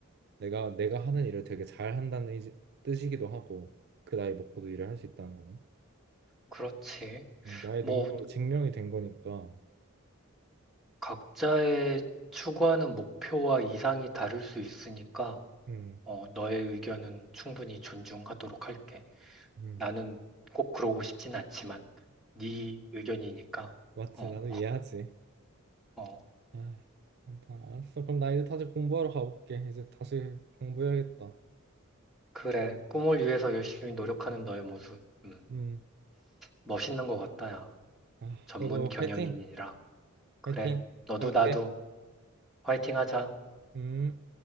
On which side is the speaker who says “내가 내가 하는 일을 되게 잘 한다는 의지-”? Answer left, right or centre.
Right